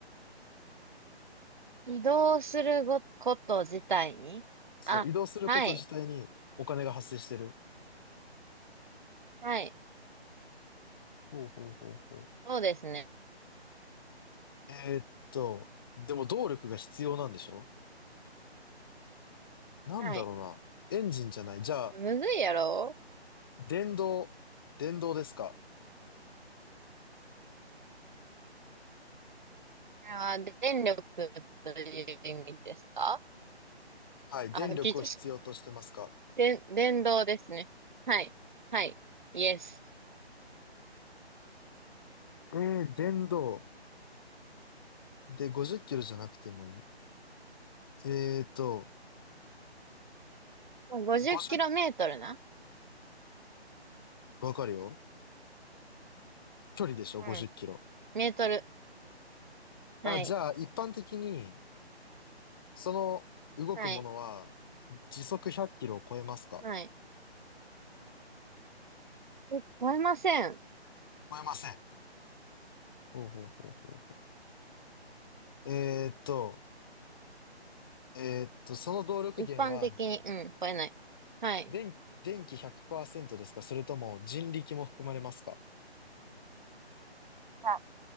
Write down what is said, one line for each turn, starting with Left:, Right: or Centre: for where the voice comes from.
Right: 移動するご、こと自体にあ、
Left: そう、移動すること自体にお金が発生してる。
Right: はい。はい。
Left: ほうほうほうほう。
Right: そうですね。
Left: えーっと、でも動力が必要なんでしょなんだろうな。
Right: はい。
Left: エンジンじゃない。じゃあ、
Right: いやむずいやろ
Left: 電動、電動ですか
Right: これは電力という意味ですか
Left: はい、
Right: あ、
Left: 電力を必要としてますか
Right: 聞いちゃった。電、電動ですね。はい。はい。イエス。
Left: えー、電動。で、50キロじゃなくてもいい。えーっと、
Right: 50キロメートルな
Left: 50、わかるよ。距離でしょ
Right: うん。
Left: ?50 キロ。
Right: メートル。はい。
Left: あ、じゃあ、一般的に、その動くものは、
Right: はい。
Left: 時速100キロを超えますか
Right: はい。え、超えません。
Left: 超えません。ほほほうううえーっと、えーっと、その動力源は、
Right: 一般的に、うん、超えない。はい。
Left: 電、
Right: じ
Left: 電気100%ですかそれとも人力も含まれますか
Right: ゃあ、